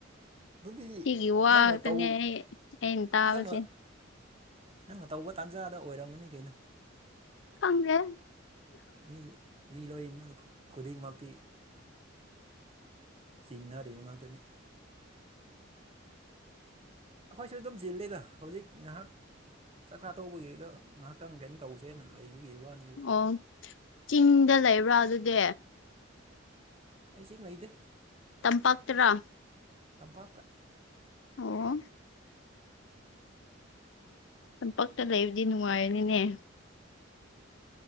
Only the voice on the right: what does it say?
ꯑꯗꯨꯗꯤ
ꯅꯪꯅ
ꯇꯧ
ꯅꯪꯅ ꯅꯪꯅ ꯇꯧꯕ ꯇꯥꯟꯖꯥꯗ ꯑꯣꯏꯔꯝꯃꯅꯤ ꯀꯩꯅꯣ
ꯃꯤ ꯃꯤ ꯂꯣꯏꯃꯅ ꯈꯨ ꯈꯨꯨꯗꯤꯡꯃꯛꯇꯤ ꯆꯤꯟꯅꯔꯤꯕ ꯉꯥꯛꯇꯅꯤ ꯑꯩꯈꯣꯏꯁꯨ ꯑꯗꯨꯝ ꯆꯤꯜꯂꯤꯗ ꯍꯧꯖꯤꯛ ꯉꯥꯏꯍꯥꯛ ꯆꯥꯛꯆꯥ ꯇꯣꯛꯄꯒꯤ ꯑꯗꯨꯝ ꯉꯥꯏꯍꯥꯛꯇꯪ ꯀꯩꯅꯣ ꯇꯧꯁꯦꯅ ꯂꯩꯕꯒꯤ ꯋꯥꯅꯦꯕ
ꯑꯩ ꯆꯤꯡ ꯂꯩꯇꯦ
ꯇꯝꯄꯥꯛꯇ